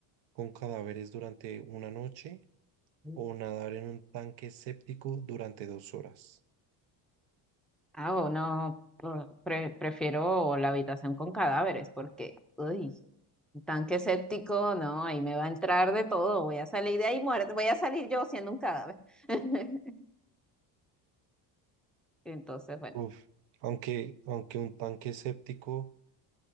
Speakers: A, on the right (about 80°); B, in the centre.
A: con cadáveres durante una noche
B: <laughs>
A: o nadar en un tanque séptico durante dos horas?
B: Ah, o no, pre- pre- prefiero la habitación con cadáveres porque, uy, un tanque séptico, no, ahí me va a entrar de todo, voy a salir de ahí muerta, voy a salir yo siendo un cadáver. <laughs> Entonces, bueno,
A: Uf, aunque, aunque un tanque séptico,